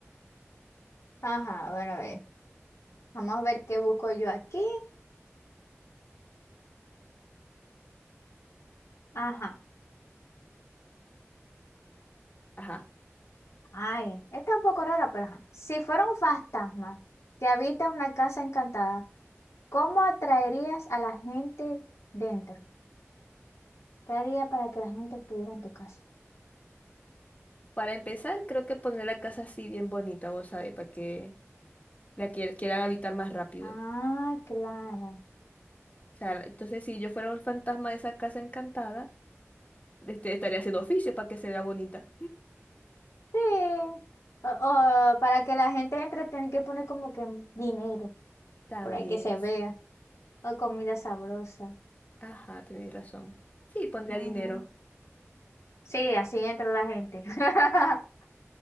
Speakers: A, on the left (about 70°); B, on the left (about 30°).
A: Ajá, bueno, a ver. Vamos a ver qué busco yo aquí. Ajá.
B: Ajá.
A: Ay, esta es un poco rara, pero ajá. Si fuera un fantasma que habita una casa encantada, ¿cómo atraerías a la gente dentro? ¿Qué haría para que la gente estuviera en tu casa?
B: Para empezar, creo que poner la casa así bien bonita, vos sabés, para que la quier- quieran habitar más rápido.
A: Ah, claro.
B: O sea, entonces si yo fuera un fantasma de esa casa encantada, este, estaría haciendo oficio para que se vea bonita.
A: Sí. O- o para que la gente entre, tienen que poner como que dinero,
B: También,
A: por ahí que se vea.
B: sí.
A: O comida sabrosa.
B: Ajá, tenéis razón. Sí, pondría
A: Ujú.
B: dinero.
A: Sí, así entra la gente. <laughs>